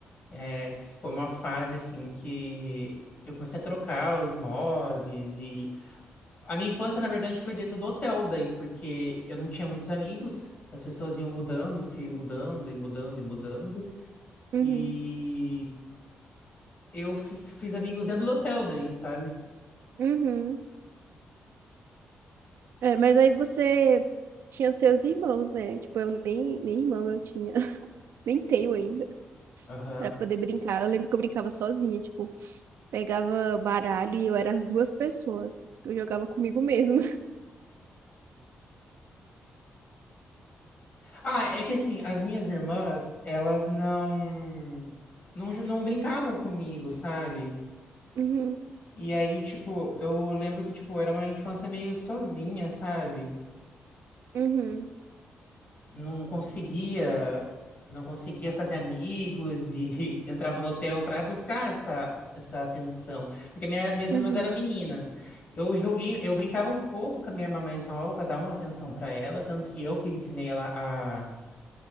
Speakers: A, on the left (about 40°); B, on the right (about 80°).
A: É, foi uma fase assim que eu comecei a trocar os mobs e a minha infância na verdade foi dentro do hotel daí, porque eu não tinha muitos amigos, as pessoas iam mudando, se mudando e mudando e mudando
B: uhum,
A: e eu fi- fiz amigos dentro do hotel daí, sabe?
B: uhum. É, mas aí você tinha os seus irmãos, né? Tipo, eu nem, nem irmão eu tinha. <laughs> Nem tenho ainda,
A: Aham.
B: pra poder brincar. Eu lembro que eu brincava sozinha, tipo, pegava baralho e eu era as duas pessoas. Eu jogava comigo mesma. <laughs>
A: Ah, é que assim, as minhas irmãs, elas não, não, ju- não brincavam comigo, sabe?
B: Uhum,
A: E aí, tipo, eu lembro que, tipo, era uma infância meio sozinha, sabe?
B: uhum,
A: não conseguia, não conseguia fazer amigos e <laughs> entrava no hotel para buscar essa essa atenção, porque minha- minhas irmãs
B: uhum,
A: eram meninas. Eu joguei, eu brincava um pouco com a minha irmã mais nova para dar uma atenção para ela, tanto que eu que ensinei ela a,